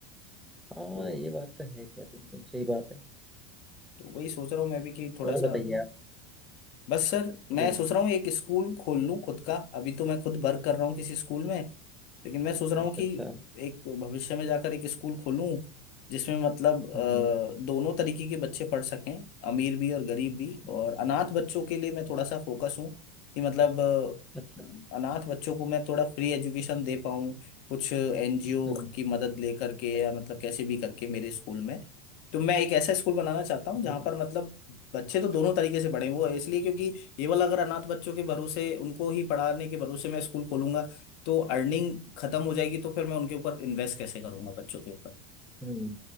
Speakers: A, in the centre; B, on the left.
A: हाँ
B: तो,
A: ये बात तो है क्या बिल्कुल सही बात है
B: तो वही सोच रहा हूँ मैं भी कि थोड़ा
A: और
B: सा
A: बताइए आप
B: बस सर मैं
A: जी
B: सोच रहा हूँ एक स्कूल खोल लूँ खुद का अभी तो मैं खुद वर्क कर रहा हूँ किसी स्कूल में लेकिन मैं सोच रहा
A: अच्छा
B: हूँ कि
A: अच्छा
B: एक भविष्य में जाकर एक स्कूल खोलूँ जिसमें मतलब अ,
A: हम्म हम्म
B: दोनों तरीके के बच्चे पढ़ सकें अमीर भी और गरीब भी और
A: हम्म,
B: अनाथ बच्चों के लिए मैं थोड़ा सा फोकस हूँ कि मतलब अ,
A: अच्छा
B: अनाथ बच्चों को मैं थोड़ा फ्री एजुकेशन दे पाऊँ कुछ एनजीओ
A: हम्म हम्म,
B: की मदद ले करके या मतलब कैसे भी करके मेरे स्कूल में तो मैं एक ऐसा स्कूल बनाना चाहता हूँ
A: जी
B: जहाँ
A: जी
B: पर मतलब बच्चे तो दोनों तरीके से पढ़े वो इसलिए क्योंकि ये वाला अगर अनाथ बच्चों के भरोसे उनको ही पढ़ाने के भरोसे मैं स्कूल खोलूंगा तो अर्निंग खत्म हो जाएगी तो फिर मैं उनके ऊपर इन्वेस्ट कैसे करूंगा बच्चों के ऊपर
A: हम्म